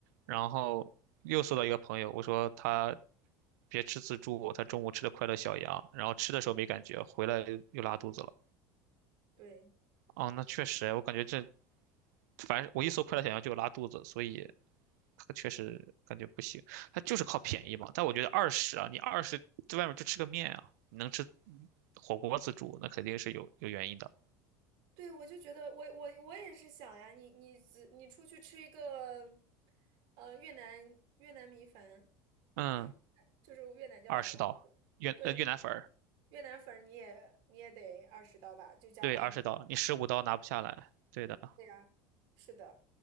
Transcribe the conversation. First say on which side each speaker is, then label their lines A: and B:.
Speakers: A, on the right (about 55°); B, on the right (about 85°).
A: 嗯，
B: 然后又搜到一个朋友，我说他别吃自助，他中午吃的快乐小羊，然后吃的时候没感觉，回来又拉肚子了。
A: 对
B: 哦，那确实，我感觉这，反正我一搜快乐小羊就有拉肚子，所以它确实感觉不行。它就是靠便宜嘛，但我觉得二十啊，你二十在外面就吃个面啊，你能吃火锅自助，那肯定是有有原因的。
A: 对，我就觉得我我我也是想呀，你你只你出去吃一个，呃，越南越南米粉，
B: 嗯，
A: <laughs> 就是越南叫什么？
B: 二十刀，越呃越南粉儿，
A: 对，越南粉儿你也你也得二十刀吧，就加上那个。
B: 对，二十刀，你十五刀拿不下来，对的，
A: 对呀，是的。